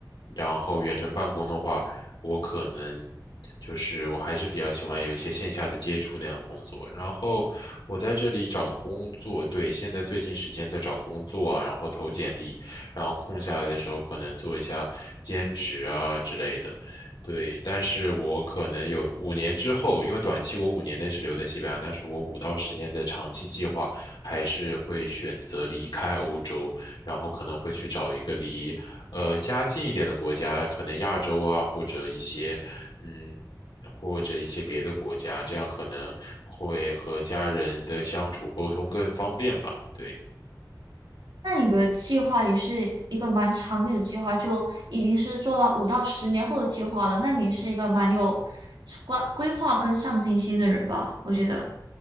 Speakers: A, on the left; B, on the right.
A: 然后远程办公的话，我可能就是我还是比较喜欢有一些线下的接触那样的工作。然后我在这里找工作，对，现在最近时间在找工作啊，然后投简历，然后空下来的时候可能做一下兼职啊之类的。对，但是我可能有五年之后，因为短期我五年内是留在西班牙，但是我五到十年的长期计划还是会选择离开欧洲，然后可能会去找一个离呃家近一点的国家，可能亚洲啊，或者一些嗯，或者一些别的国家，这样可能会和家人的相处沟通更方便吧。对。
B: 那你的计划也是一个蛮长远的计划，就已经是做到五到十年后的计划了。那你是一个蛮有规规划跟上进心的人吧？我觉得。